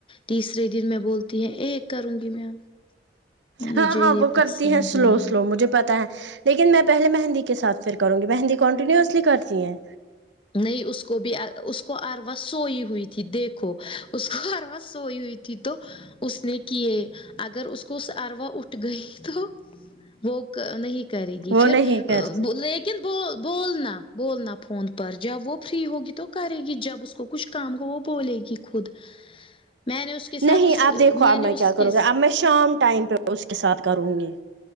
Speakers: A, on the left (about 30°); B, on the right (about 85°).
A: تیسرے دن میں بولتی تی ہے ایک کروں گی میں
B: ہاں
A: مجھے
B: ہاں
A: یہ
B: وہ
A: پسند
B: کرتی ہے
A: نہیں
B: سلو سلو مجھے پتا ہے لیکن میں پہلے مہندی کے ساتھ پھر کروں گی مہندی کنٹینیوسلی کرتی ہیں
A: نہیں اس کو بھی اس کو اروا سوئی ہوئی تھی دیکھو اس کو اروا سوئی ہوئی تھی تھی تو اس نے کیے اگر اس کو اروا اٹھ گئی تو وہ نہیں کرے گی
B: وہ
A: پھر
B: نہیں کر سک
A: لیکن ب بولنا بولنا فون پر جب وہ فری ہوگی تو کرے گی جب اس کو کچھ کام کو وہ بولے گی خود میں نے اس کے ساتھ
B: نہیں
A: اس
B: اب دیکھو اب
A: نے
B: میں
A: اس
B: کیا کروں
A: کے
B: گا اب میں شام ٹائم پہ اس کے ساتھ کروں گی